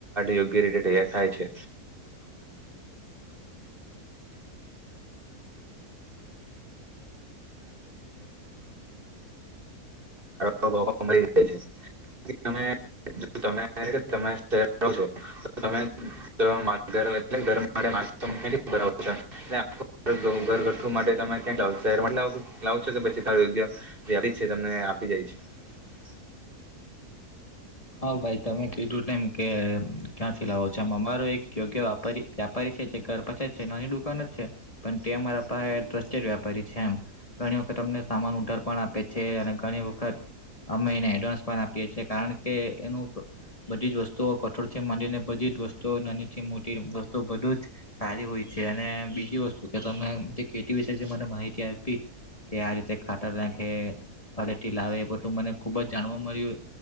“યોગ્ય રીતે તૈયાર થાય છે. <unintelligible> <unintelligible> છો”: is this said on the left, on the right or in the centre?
Right